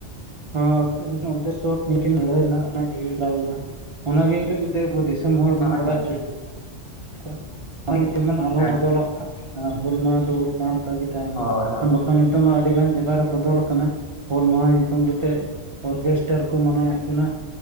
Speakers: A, on the right; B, on the left.
A: ᱦᱮᱸ ᱩᱱᱠᱤ ᱱᱟᱜ ᱩᱫᱮᱥᱥᱚ ᱠᱤᱱ ᱞᱟᱹᱭ ᱢᱟ ᱡᱤᱣᱤ ᱪᱟᱞᱟᱣ <unintelligible> ᱚᱱᱟᱜᱮ <unintelligible> ᱡᱩᱫᱤ ᱟᱵᱚ ᱫᱤᱥᱚᱢ ᱦᱚᱲ ᱵᱚᱱ
B: ᱦᱳᱭ
A: ᱵᱟᱰᱟᱭ
B: ᱦᱳᱭ
A: ᱦᱚᱪᱚ ᱠᱚᱣᱟ ᱱᱚᱜᱼᱚᱭ ᱡᱮᱢᱚᱱ ᱟᱞᱚ
B: ᱦᱮᱸ
A: ᱵᱚᱫᱚ ᱞᱚᱜ ᱢᱟ᱾ ᱦᱮᱸ ᱦᱩᱞ ᱢᱟᱦᱟ ᱫᱚ ᱦᱩᱞ ᱢᱟᱦᱟ ᱞᱮᱠᱟ ᱜᱮ ᱛᱟᱦᱮᱱ
B: ᱦᱳᱭ
A: ᱢᱟ᱾
B: ᱦᱳᱭ
A: ᱵᱟᱠᱷᱟᱱ ᱱᱤᱛᱚᱜ ᱢᱟ ᱟᱹᱰᱤ ᱜᱟᱱ ᱡᱟᱭᱜᱟ ᱨᱮ ᱵᱚᱫᱚᱞ ᱟᱠᱟᱱᱟ ᱦᱩᱞ ᱢᱟᱦᱟ ᱧᱩᱛᱩᱢ ᱠᱟᱛᱮᱫ ᱚᱨᱜᱮᱥᱴᱟᱨ ᱠᱚ ᱢᱟᱱᱟᱣ ᱮᱫ ᱠᱟᱱᱟ᱾